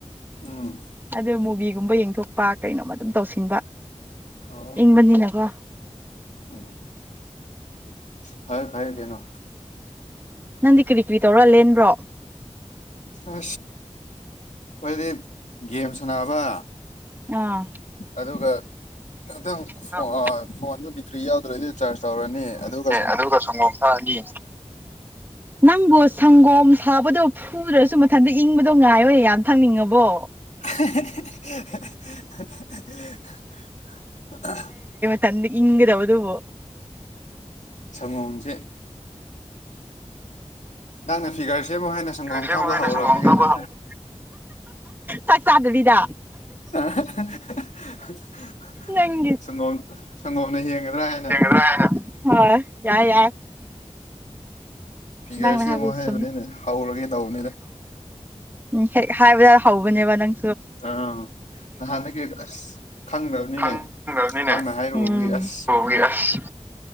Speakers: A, on the left (about 80°); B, on the right (about 15°).
A: ꯎꯝ
B: ꯑꯗꯨ ꯃꯨꯚꯤꯒꯨꯝꯕ ꯌꯦꯡꯊꯣꯛꯄ ꯀꯩꯅꯣꯝꯃ ꯑꯗꯨꯝ ꯇꯧꯁꯤꯟꯕ
A: ꯑꯣ
B: ꯏꯪꯕꯅꯤꯅꯀꯣ
A: ꯎꯝ ꯐꯔꯦ ꯐꯔꯦ ꯀꯩꯅꯣ
B: ꯅꯪꯗꯤ ꯀꯔꯤ ꯀꯔꯤ ꯇꯧꯔ ꯂꯦꯟꯕ꯭ꯔꯣ
A: ꯑꯁ ꯑꯩꯈꯣꯏꯗꯤ ꯒꯦꯝ ꯁꯥꯟꯅꯕ
B: ꯑꯥ
A: ꯑꯗꯨꯒ ꯉꯛꯇꯪ
B: ꯅꯪ
A: ꯐꯣꯟꯗꯣ ꯕꯦꯇ꯭ꯔꯤ ꯌꯥꯎꯗ꯭ꯔꯗꯤ ꯆꯥꯔꯖ ꯇꯧꯔꯅꯤ ꯑꯗꯨꯒ
B: ꯑꯗꯨꯒ ꯁꯪꯒꯣꯝ ꯊꯛꯑꯅꯤ ꯅꯪꯕꯨ ꯁꯪꯒꯣꯝ ꯁꯥꯕꯗꯨ ꯁꯨꯗ꯭ꯔꯁꯨ ꯃꯊꯟꯇ ꯏꯪꯕ ꯉꯥꯏꯌ ꯌꯥꯝ ꯊꯛꯅꯤꯡꯉꯕꯣ
A: <unintelligible>
B: ꯇꯟ ꯏꯪꯒꯗꯧꯕꯗꯨꯕꯨ
A: ꯁꯒꯣꯝꯁꯦ ꯅꯪꯅ ꯐꯤꯒꯔ <unintelligible> ꯁꯦꯃꯣ ꯍꯥꯏꯅ ꯁꯪꯒꯣꯝ
B: ꯁꯦꯝꯃꯣ
A: ꯊꯛꯄ
B: ꯍꯥꯏꯅ
A: ꯍꯧꯔꯕꯅꯤ
B: ꯁꯪꯒꯣꯝ ꯊꯛꯄ
A: ꯀꯩꯅꯣ
B: ꯍꯧꯔꯣ꯫ ꯆꯥꯛ ꯆꯥꯗꯕꯤꯗ
A: ꯑꯥ <unintelligible>
B: ꯅꯪꯒꯤ
A: ꯁꯪꯒꯣꯝ ꯁꯪꯒꯣꯝꯅ ꯍꯦꯟꯒꯗ꯭ꯔꯥ ꯍꯥꯏꯅ
B: ꯁꯦꯡꯒꯗ꯭ꯔꯥ ꯍꯥꯏꯅ꯫ ꯍꯣꯏ ꯌꯥꯏ ꯌꯥꯏ
A: ꯐꯤꯒꯔꯁꯤ
B: ꯅꯪꯅ ꯍꯥꯏꯕꯗꯨ
A: ꯑꯃꯨꯛ ꯍꯩꯕꯅꯤꯅꯦ
B: ꯆꯨꯝꯃꯤ
A: ꯍꯧꯔꯒꯦ ꯇꯧꯕꯅꯤꯗ
B: ꯎꯝ ꯍꯦꯛ ꯍꯥꯏꯕꯗ ꯍꯧꯕꯅꯦꯕ ꯅꯪ
A: ꯑꯥ ꯅꯍꯥꯟꯗꯒꯤ ꯑꯁ ꯈꯪꯗꯕꯅꯤꯅꯦ
B: ꯈꯪꯗꯕꯅꯤꯅꯦ
A: ꯅꯪꯅ ꯍꯥꯏꯔꯨꯕꯒꯤ
B: ꯎꯝ
A: ꯑꯁ
B: ꯇꯨꯒꯤ ꯑꯁ